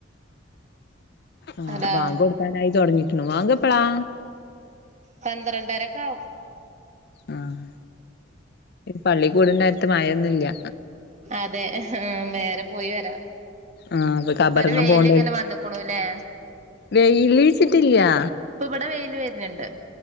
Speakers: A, on the left; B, on the right.
A: ആഹ്
B: അതാ
A: ബാങ്ക് കൊടുക്കാനായി തൊടങ്ങി. വാങ്കെപ്പളാ
B: പന്ത്രണ്ടരക്കെ ആവും.
A: ആഹ് ഈ പള്ളി കൂടണ്ടേരത്ത് മയൊന്നൂല്ല്യ
B: അതെ ആ വേറെ പോയി വരാം.
A: ആ അത് കബറങ്ങ്
B: ഇപ്പൊ ഒരു വെയില്
A: പോണ്ടേ
B: ഇങ്ങനെ വന്ന്ക്കുണുല്ലേ
A: വെയില് ട്ടില്ല്യാ
B: ഇപ്പ ഇവിടെ വെയിൽ വെരുന്നുണ്ട്